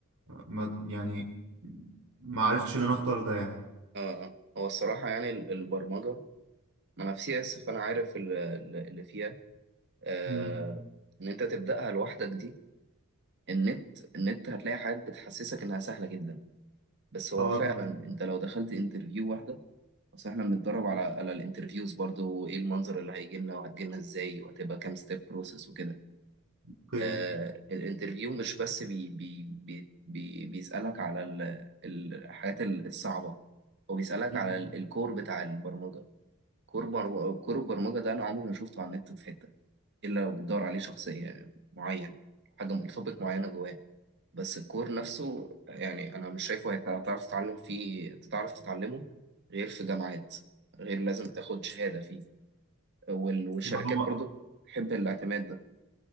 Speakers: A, on the right; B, on the right.
A: ما- يعني ما عرفتش إن أنا أختار ده يعني
B: آه. آه. هو الصراحة يعني ال- البرمجة ما أنا في سي إس فأنا عارف ال- ال- اللي فيها آه.
A: مم.
B: إن أنت تبدأها لوحدك دي النت النت هتلاقي حاجات بتحسسك إنها سهلة جدا بس هو
A: اه
B: فعلا
A: بالظبط.
B: أنت لو دخلت انترفيو واحدة بس احنا بنتدرب على على الانترفيوز برضه وايه المنظر اللي هيجي لنا وهتجي لنا ازاي وهتبقى كام ستيب بروسيس وكده
A: اوكي
B: آه الانترفيو مش بس بي بي بي بي بيسألك على ال- الحاجات ال- الصعبة هو بيسألك
A: مم.
B: على ال- الكور بتاع البرمجة كور بر... كور البرمجة ده انا عمري ما شفته على النت في حتة الا لو بتدور عليه شخصيا يعني معين حاجة توبيك معينة جواه بس الكور نفسه يعني انا مش شايفه هيت- هتعرف تتعلم فيه تتعرف تتعلمه غير في جامعات غير لازم تاخد شهادة فيه وال- والشركات
A: ما هو
B: برضو بتحب الاعتماد ده